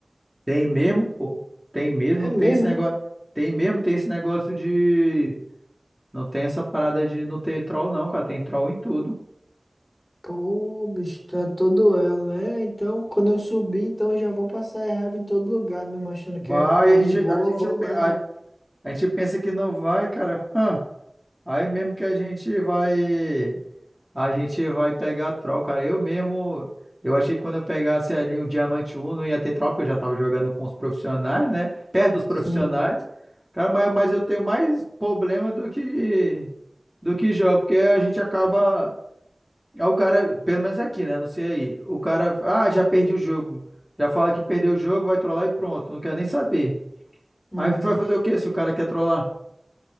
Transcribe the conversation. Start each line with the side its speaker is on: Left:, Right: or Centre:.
Centre: Tem mesmo, pô? Tem mesmo,
Left: É
Centre: não
Left: mesmo,
Centre: tem esse negócio.
Left: é?
Centre: Tem mesmo, tem esse negócio de Não tem essa parada de não ter troll, não, cara. Tem troll em tudo.
Left: Pô, o bicho, tu é todo elo, né? Então, quando eu subir, então eu já vou passar raiva em todo lugar, mesmo achando
Centre: Vai,
Left: que eu ia ficar
Centre: a
Left: de
Centre: gente,
Left: boa,
Centre: a gente,
Left: vou
Centre: pe-
Left: nada.
Centre: a, A gente pensa que não vai, cara. Hã. Aí mesmo que a gente vai. A gente vai pegar troll, cara. Eu mesmo. Eu achei que quando eu pegasse ali um diamante um não ia ter troll, porque eu já tava jogando com os profissionais, né? Perto dos profissionais.
Left: Sim.
Centre: Cara, mas, mas eu tenho mais problema do que. Do que jogo, porque a gente acaba. Aí o cara, pelo menos aqui, né? Não sei aí. O cara, ah, já perdi o jogo. Já fala que perdeu o jogo, vai trollar e pronto. Não quer nem saber.
Left: Uhum.
Centre: Aí tu vai fazer o quê se o cara quer trollar?